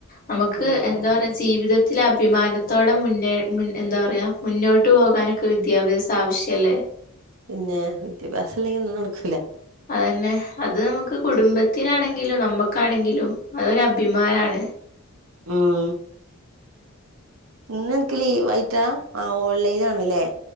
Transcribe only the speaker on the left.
നമുക്ക്
എന്താ പറയാ ജീവിതത്തിലെ അഭിമാനത്തോടെ മുന്നേ എന്താ പറയാ മുന്നോട്ട് പോകാനൊക്കെ വിദ്യാഭ്യാസം ആവശ്യല്ലേ..?
അതന്നെ അത് നമുക്ക് കുടുംബത്തിനാണെങ്കിലും നമ്മക്കാണെങ്കിലും അതൊരഭിമാനാണ്.